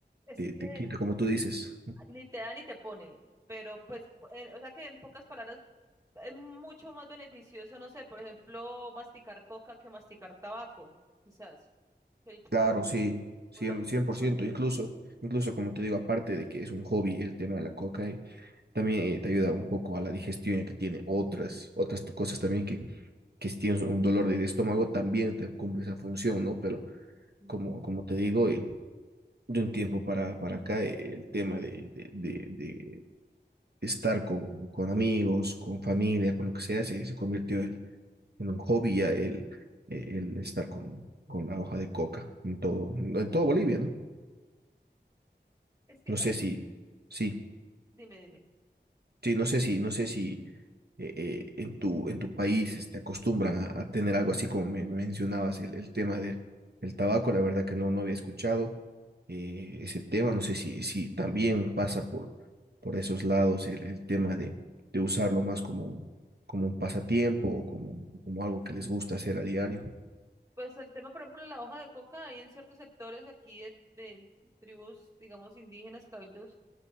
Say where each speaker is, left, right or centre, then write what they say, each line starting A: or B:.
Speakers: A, on the right (about 15°); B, on the right (about 60°).
A: Es
B: te,
A: que
B: te quita, como tú dices.
A: ni te da ni te pone, pero pues, eh, o sea que en pocas palabras es mucho más beneficioso, no sé, por ejemplo, masticar coca que masticar tabaco, quizás. el po-
B: Claro, sí, cien,
A: podemos
B: cien
A: hablar
B: por
A: pa-
B: ciento. incluso, incluso como te digo, aparte de que es un hobby el tema de la coca, eh, también eh, te ayuda un poco a la digestión, ya que tiene otras, otras t- cosas también que, que si tienes un dolor de, de estómago, también te cumple esa función, ¿no? Pero
A: Mm.
B: como, como te digo, eh, de un tiempo para, para acá, eh, el tema de, de, de, de estar con, con amigos, con familia, con lo que sea, se, se convirtió el- en un hobby ya el, el estar con, con la hoja de coca en todo, en todo Bolivia, ¿no?
A: Es que
B: No
A: eso,
B: sé si, sí,
A: dime, dime.
B: sí, no sé si, no sé si eh, eh, en tu, en tu país este, acostumbran a, a tener algo así como me, me mencionabas, el, el tema del, del tabaco, la verdad que no, no había escuchado eh, ese tema, no sé si, si también pasa por, por esos lados el, el tema de, de usarlo más como, como un pasatiempo o como, como algo que les gusta hacer a diario.
A: Pues el tema, por ejemplo, de la hoja de coca, hay en ciertos sectores aquí de, de tribus, digamos, indígenas, cabildos,